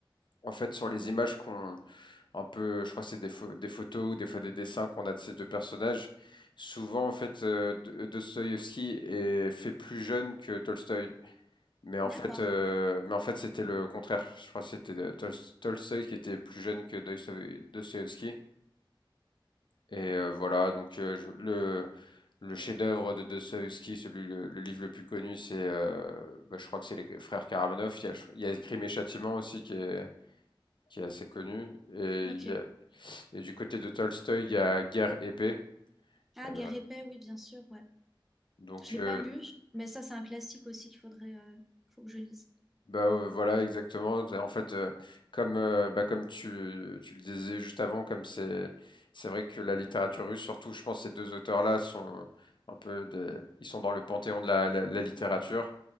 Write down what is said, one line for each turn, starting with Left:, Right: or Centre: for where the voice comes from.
Left: en fait, sur les images qu'on un peu, je crois que c'est des, pho- des photos ou des fois des dessins qu'on a de ces deux personnages, souvent en fait, euh, D- Dostoïevski est fait plus jeune que Tolstoï. Mais en
Centre: d'accord.
Left: fait, euh, mais en fait, c'était le contraire. Je crois que c'était euh, Tol- Tolstoï qui était plus jeune que Dostoï- Dostoïevski. Et euh, voilà, donc euh, je- le, le chef-d'œuvre de Dostoïevski, celui, le, le livre le plus connu, c'est, euh, bah, je crois que c'est les frères Karamazov. Il y a, je- il y a Crime et Châtiment aussi qui est, qui est assez connu. Et,
Centre: Ok.
Left: il y a- et du côté de Tolstoï, il y a Guerre et Paix.
Centre: Ah,
Left: Euh,
Centre: Guerre et Paix, oui, bien sûr, ouais.
Left: donc
Centre: Je
Left: euh,
Centre: l'ai pas lu, mais ça, c'est un classique aussi qu'il faudrait, euh, faut que je lise.
Left: Bah, heu, voilà exactement. en fait, heu, comme, heu, bah, comme tu tu le disais juste avant, comme c'est c'est vrai que la littérature russe, surtout je pense ces 2 auteurs-là sont un peu des ils sont dans le panthéon de la la la littérature